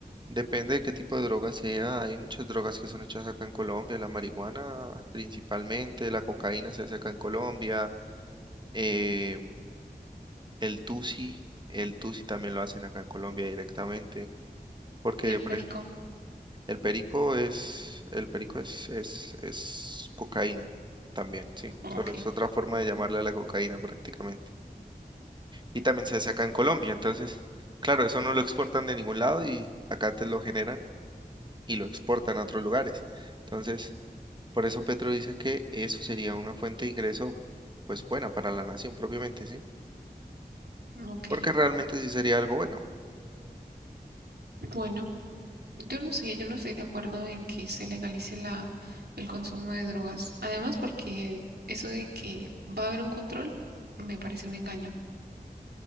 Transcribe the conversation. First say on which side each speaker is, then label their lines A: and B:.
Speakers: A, on the right; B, on the right.
A: Depende de qué tipo de droga sea. Hay muchas drogas que son hechas acá en Colombia. La marihuana principalmente, la cocaína se hace acá en Colombia. em, el tusi, el tusi también lo hacen acá en Colombia directamente. Porque,
B: ¿Y el perico?
A: por ejemplo, el perico es, el perico es, es, es cocaína también, ¿sí?
B: Ok,
A: Solo es otra forma de llamarle a la cocaína prácticamente. Y también se hace acá en Colombia. Entonces, claro, eso no lo exportan de ningún lado y acá te lo generan y lo exportan a otros lugares. Entonces, Por eso Petro dice que eso sería una fuente de ingreso, pues buena para la nación propiamente, ¿sí?
B: ujú, ok.
A: Porque realmente sí sería algo bueno.
B: Bueno, yo no sé, yo no estoy de acuerdo en que se legalice la, el consumo de drogas. Además, porque eso de que va a haber un control me parece un engaño.